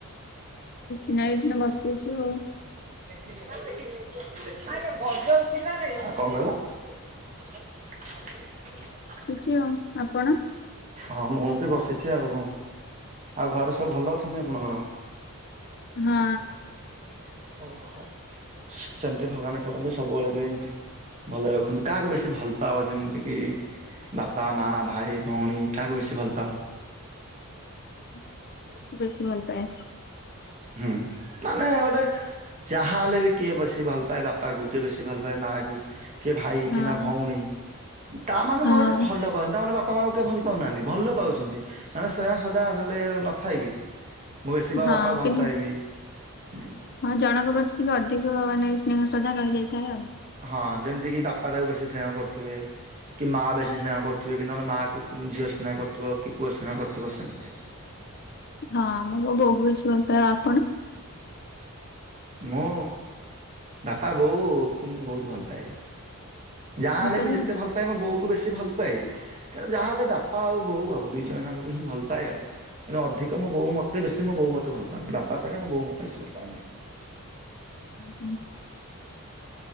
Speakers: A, on the left; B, on the right.
A: କିଛି ନାଇଁ ଏଖିଣା ବସିଚୁ ଆଉ।
B: <inaudible> କଣ କହିଲ? <inaudible>
A: ଚିଅ ଆପଣ?
B: ହଁ ମୁଁ ବି ବସିଛି ଆଉ। ଆଉ ଘରେ ସବୁ ଭଲ ଅଛନ୍ତି ଆପଣଙ୍କର?
A: ହଁ।
B: <inaudible> ସେମିତି ଭଗବାନ କରନ୍ତୁ ସବୁବେଳେ ପାଇଁ ଭଲରେ ରଖନ୍ତୁ। କାହାକୁ ବେଶୀ ଭଲ ପାଅ ଯେମିତି କି? ବାପା, ମା, ଭାଇ, ଭଉଣୀ କାହାକୁ ବେଶୀ ଭଲ ପାଅ?
A: <inaudible> ବେଶୀ ଭଲ ପାଏ।
B: ହୁଁ ମାନେ ଗୋଟେ ଯାହା ହେଲେ ବି, କିଏ ବେଶି ଭଲ ପାଏ ବାପାକୁ, କିଏ ବେଶି ଭଲ ପାଏ ମା କୁ କିଏ ଭାଇ,
A: ହଁ
B: କିମ୍ବା ଭଉଣୀ ତା ମାନେ
A: ହଁ
B: ନୁହେଁ ଯେ ଭଲ ପାଅନି। ତା ମାନେ ବାପା ବାପା ମାଙ୍କୁ କିଏ ଭଲ ପାଉନାହାନ୍ତି, ଭଲ ପାଉଛନ୍ତି। ମାନେ ସ୍ନେହ ଶ୍ରଦ୍ଧା ସବୁଠି ନଥାଏ କିି। ମୁଁ ବେଶୀ ମୋ
A: ହଁ
B: ବାପାକୁ ଭଲ
A: କିନ୍ତୁ
B: ପାଇବି ହୁଁ।
A: ହଁ ଜଣଙ୍କ ପ୍ରତି ଟିକେ ଅଧିକ, ମାନେ ସ୍ନେହ ଶ୍ରଦ୍ଧା ରହିଯାଇଥାଏ ଆଉ।
B: ହଁ ଯେମିତିକି ବାପା ଯାହାକୁ ବେଶୀ ସ୍ନେହ କରୁଥିବେ। କି ମାଆ ବେଶୀ ସ୍ନେହ କରୁଥିବେ, କି ନହେଲେ ମାକୁୁ ପୁ ଝିଅ ସ୍ନେହ କରୁଥିବ କି ପୁଅ ସ୍ନେହ କରୁଥିବ ସେମିତି।
A: ହଁ- ମୁଁ ବୋଉକୁ ବେଶୀ ଭଲ ପାଏ। ଆଉ ଆପଣ?
B: ମୁଁ ବାପା ବୋଉକୁ ବହୁତୁ ଭଲ ପାଏ। ଯାହା
A: ଦି
B: ହେଲେ
A: ଜଣ
B: ବି, ଯେତେ
A: ଯାକ?
B: ଭଲ ପାଏ ମୋ ବୋଉକୁ ବେଶୀ ଭଲ ପାଏ। କାରଣ ଯାହା ହେଲେ, ବାପା ଆଉ ବୋଉ ଆଉ ଦୁଇ ଜଣ ଜାଙ୍କୁ ହିଁ ଭଲ ପାଏ ଆଉ। ଅଧିକ ମୋ ବୋଉ ମତେ ବେଶୀ ମୋ ବୋଉ ମତେ ଭଲ ପାଆନ୍ତି। ବାପା ଅପେକ୍ଷା, ମୋ ବୋଉ ମତେ ବେଶୀ ଭଲ ପାଆନ୍ତି।
A: ହୁଁ - ହୁଁ।